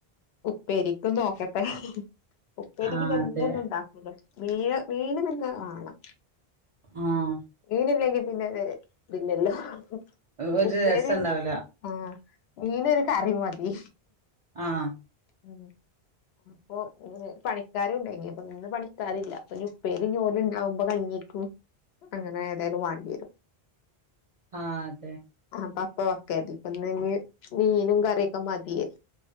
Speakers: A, on the left; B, on the right.
A: ഉപ്പേരിക്ക് നോക്കട്ടെ ഉപ്പരി
B: ആഹ്
A: പിന്നെ എന്നൊന്നും
B: അതെ
A: ഉണ്ടാക്കൂല മീന് മീനു പിന്നെ വാണം
B: ആഹ്
A: മീനില്ലെങ്കി പിന്നെ ഒര് ഇതില്ലല്ലോ <unintelligible>
B: ഒരു
A: ഉപ്പേരി
B: രസണ്ടാവൂല
A: <unintelligible> ആഹ് മീനൊരു കറി മതി
B: ആഹ് ആഹ്
A: ഉം അപ്പൊ പണിക്കാരും ഉണ്ടായിനി അപ്പൊ നിന്ന് പണിക്കാര് ഇല്ല അപ്പ ഇനി ഉപ്പേരി ഓല് ഇണ്ടാവുമ്പോ കഞ്ഞീൽക്കും അങ്ങനെ ഏതായാലും വാണ്ടിയരും
B: ആഹ് അതെ
A: അപ്പൊ അപ്പ ഓക്കെ ഇപ്പ ഇനി മീനും കറിയൊക്കെ മതി